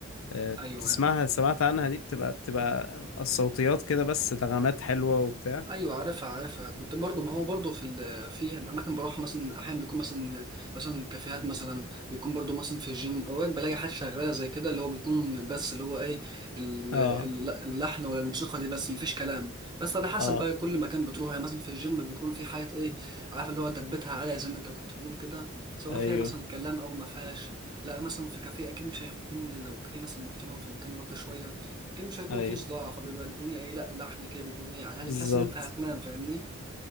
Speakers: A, on the left (about 75°); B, on the right (about 20°).
A: آه،
B: ايوه
A: بتسمعها
B: ايوه
A: سمعت عنها دي بتبقى بتبقى الصوتيات كده بس نغمات حلوة وبتاع
B: ايوه عارفها عارفها كنت برضو ما هو برضو في ال- في اماكن بروح مثلا احيانا بيكون مثلا مثلا كافيهات مثلا بيكون برضو مثلا في الجيم اوقات بلاقي حاجات شغاله زي كده اللي هو بيكون بس اللي هو ايه ال-
A: اه
B: ال- اللحن ولا الموسيقى دي بس مفيش كلام بس على حسب
A: اه
B: بقى كل مكان بتروح يعني مثلا في الجيم بيكون في حاجات ايه عارف اللي هو دبتها عاليه زي ما انت كنت بتقول كده سواء
A: ايوه
B: فيها مثلا كلام او ما فيهاش لا مثلا في كافيه اكيد مش هيكون لو كافيه مثلا محترم في مكان راقي شويه كان مش هيكون
A: ايوه
B: فيه صداع فبيبقى الدنيا ايه لا لحن كده بيكون ايه يعني
A: بالظبط
B: هتحس ان انت هتنام فاهمني